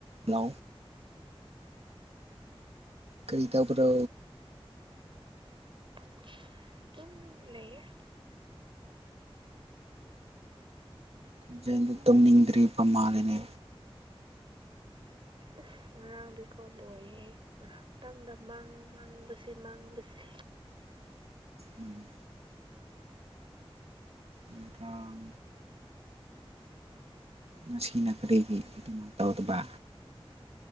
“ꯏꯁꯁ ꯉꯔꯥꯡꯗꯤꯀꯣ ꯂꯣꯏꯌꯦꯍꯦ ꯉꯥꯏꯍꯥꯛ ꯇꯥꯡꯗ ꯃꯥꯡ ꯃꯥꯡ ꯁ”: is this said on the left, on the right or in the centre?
Right